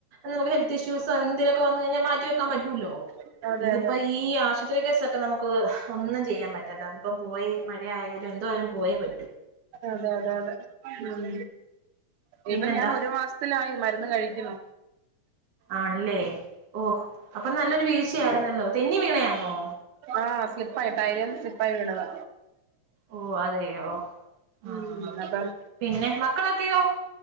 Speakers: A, on the right; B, on the right.
A: നമ്മക്ക് ഹെൽത്ത് ഇഷൂസോ അങ്ങനെന്തേലൊക്കെ വന്ന് കഴിഞ്ഞ മാറ്റി വെക്കാൻ പ റ്റുല്ലോ
B: അതെ അതെ
A: ഇത്പ്പ
B: അതെ
A: ഈ ഈ ആശുപത്രി കേസൊക്കെ നമുക്ക് ഒന്നും ചെയ്യാൻ പറ്റാത്ത അതിപ്പം പോയി മഴയായാലും എന്തോയാലും പോയേ പ
B: അതെ അതെ അതെ ഉം
A: പിന്നെന്താ
B: ഇപ്പൊ ഞാൻ ഒരു മാസ് ത്തിലായി മരുന്ന് കഴിക്ക്ന്ന്
A: ആണ്ല്ലേ ഓ അപ്പൊ നല്ലൊരു വീഴ്ച്ചാര്ന്നല്ലോ തെന്നി വീണയാന്നോ
B: ആ സ്ലിപ്പായി ടൈലേന്ന് സ്ലിപ്പായി വീണത
A: ഓ അതെയൊ ആ
B: ഉം അപ്പം
A: പിന്നെ മക്കളൊക്കെയോ